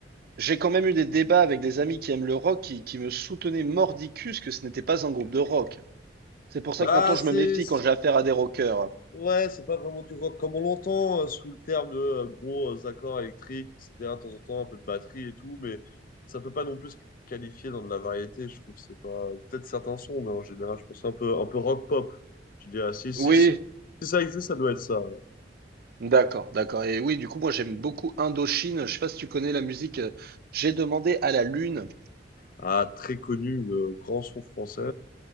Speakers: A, on the right (about 55°); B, on the left (about 50°).
A: J'ai quand même eu des débats avec des amis qui aiment le rock qui, qui me soutenaient mordicus que ce n'était pas un groupe de rock. C'est pour ça
B: Bah,
A: que maintenant je me
B: c'est.
A: méfie quand j'ai affaire à des rockers.
B: Ouais, c'est pas vraiment du rock comme on l'entend, euh, sous le terme de euh, gros euh, accords électriques, etc. De temps en temps, un peu de batterie et tout, mais ça peut pas non plus se qualifier dans de la variété, je trouve. C'est pas peut-être certains sons, mais en général, je pense un peu un peu rock pop. Je dirais, si si
A: Oui,
B: si, si ça existe, ça doit être ça.
A: D'accord, d'accord. Et oui, du coup, moi, j'aime beaucoup Indochine. Je sais pas si tu connais la musique. euh, J'ai demandé à la lune.
B: Ah, très connu, le grand son français.